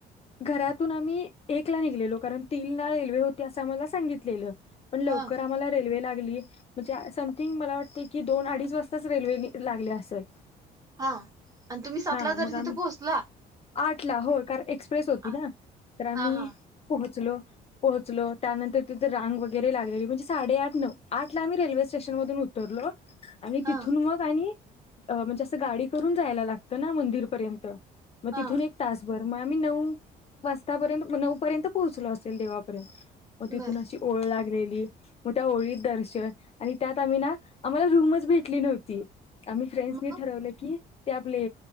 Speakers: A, on the left; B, on the right.
A: घरातून आम्ही एकला निघलेलो कारण तीनला रेल्वे होती असं आम्हाला सांगितलेलं. पण लवकर
B: हा
A: आम्हाला रेल्वे लागली म्हणजे समथिंग मला वाटते की दोन अडीच वाजताच रेल्वे लागले असेल.
B: हा आणि तुम्ही सातला
A: हा मग
B: तरी
A: आम्ही
B: तिथे पोहोचला.
A: आठ ला हो कार एक्सप्रेस होती
B: आ-
A: ना तर आम्ही
B: हा हा
A: पोहोचलो. पोहोचलो त्यानंतर तिथे रांग वगैरे लागलेली म्हणजे साडे आठ नऊ आठला रेल्वे स्टेशन मधून उतरलो. आणि
B: हा
A: तिथून मग आणि अ म्हणजे असं गाडी करून जायला लागतं ना मंदिरपर्यंत म
B: हा
A: तिथून एक तास बर म आम्ही नऊ वाजतापर्यंत म नऊ पर्यंत पोहोचलो असेल देवापर्यंत म तिथून
B: बर
A: अशी ओळ लागले ली म त्या ओळीत दर्शन आणि त्यात आम्ही ना, आम्हाला रूमच भेटली नव्हती. आम्ही फ्रेंडसनी
B: मग
A: ठरवलं की ते आपले